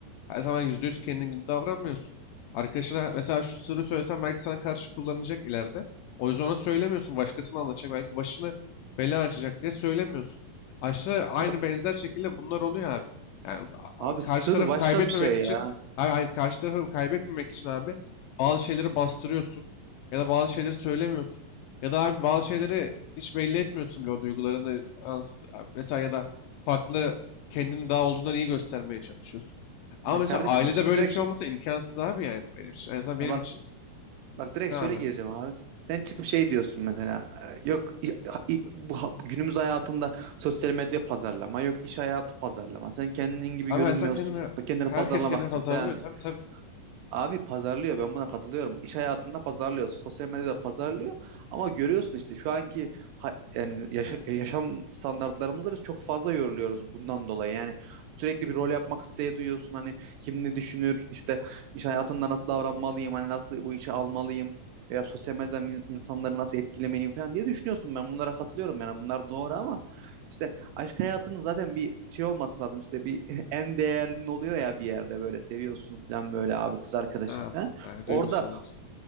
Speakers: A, on the left; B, on the right.
A: Her zaman yüzde yüz kendin gibi davranmıyorsun. Arkadaşına mesela şu sırrı söylesen belki sana karşı kullanacak ileride. O yüzden ona söylemiyorsun. Başkasına anlatacak. Belki başını bela açacak diye söylemiyorsun. Aşağı aynı
B: Abi,
A: benzer şekilde bunlar oluyor abi. Yani a-
B: abi
A: a- karşı
B: sır
A: tarafı
B: başka
A: kaybetmemek
B: bir şey
A: için,
B: ya.
A: hayır, hayır karşı tarafı kaybetmemek için abi bazı şeyleri bastırıyorsun ya da bazı şeyleri söylemiyorsun. Ya da abi bazı şeyleri hiç belli etmiyorsun bile o duygularını. Ans- Mesela ya da farklı kendini daha olduğundan iyi göstermeye çalışıyorsun. Ama
B: Ya
A: mesela
B: kardeşim
A: ailede
B: başka
A: böyle
B: direkt
A: bir şey
B: şu-
A: olmasa imkansız abi yani benim için. En azından benim
B: ya bak
A: için.
B: Bak direkt
A: Ne abi?
B: şöyle gireceğim abi. Sen çıkıp şey diyorsun mesela. e, Yok i- ha- i- bu ha- günümüz hayatında sosyal medya pazarlama, yok iş hayatı pazarlama. Sen kendin gibi
A: Abi
B: görünmüyorsun.
A: her insan kendini,
B: Kendini
A: herkes
B: pazarlamak
A: kendini
B: için
A: pazarlıyor.
B: falan
A: Tabii tabii.
B: Abi pazarlıyor ben buna katılıyorum. İş hayatında pazarlıyor, sosyal medyada pazarlıyor ama görüyorsun işte şu anki ha- yani yaşa- yaşam standartlarımızda biz çok fazla yoruluyoruz bundan dolayı. Yani sürekli bir rol yapmak isteği duyuyorsun hani kim ne düşünür işte iş hayatında nasıl davranmalıyım hani nasıl bu işe almalıyım veya sosyal medyada min- insanları nasıl etkilemeliyim falan diye düşünüyorsun ben bunlara katılıyorum yani bunlar doğru ama işte aşk hayatının zaten bir şey olması lazım işte bir en değerlin oluyor ya bir yerde böyle seviyorsun falan böyle abi kız arkadaşın
A: Ha,
B: falan.
A: ha, duygusal
B: Orada
A: duygusal.